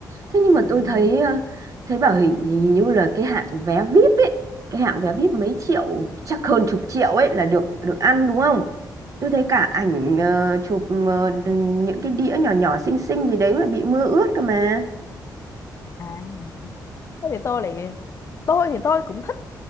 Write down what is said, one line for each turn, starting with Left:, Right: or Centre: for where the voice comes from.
Right: thế nhưng mà
Left: ừ.
Right: tôi thấy ờ, thấy bảo hình, hình như là cái hạng vé VIP ấy cái hạng vé VIP mấy triệu chắc hơn chục triệu ấy là được được ăn đúng không tôi thấy cả ảnh ờ, chụp ờ, đ- những cái đĩa nhỏ nhỏ xinh xinh gì đấy mà bị mưa ướt cơ mà
Left: À, Thế thì tôi lại tôi thì tôi cũng thích